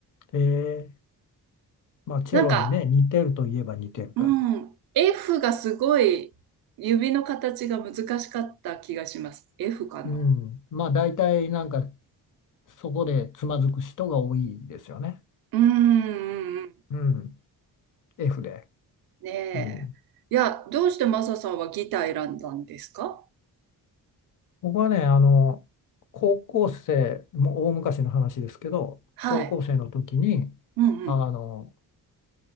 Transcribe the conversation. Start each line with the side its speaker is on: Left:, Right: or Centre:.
Left: ええ、まあ、チェロにね、
Right: なんか、
Left: 似てるといえば似てるから。
Right: うん、F がすごい指の形が難しかった気がします。F かな
Left: うん、まあ、大体なんか、そこでつまずく人が多いですよね。
Right: うん、うんうん、
Left: うん、F で。
Right: ねえ。
Left: うん
Right: いや、どうしてマサさんはギター選んだんですか
Left: 僕はね、あの、高校生、もう大昔の話ですけど、
Right: はい。
Left: 高校生の時に、
Right: うんうん。
Left: あの、